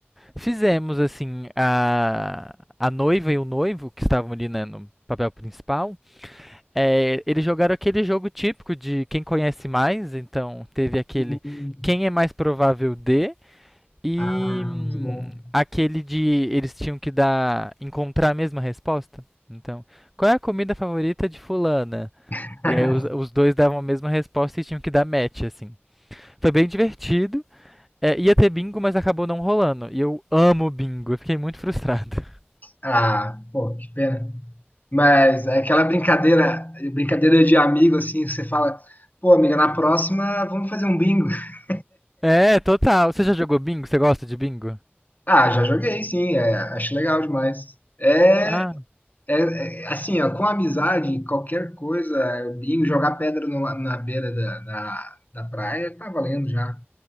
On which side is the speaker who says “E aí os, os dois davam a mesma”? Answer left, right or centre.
Centre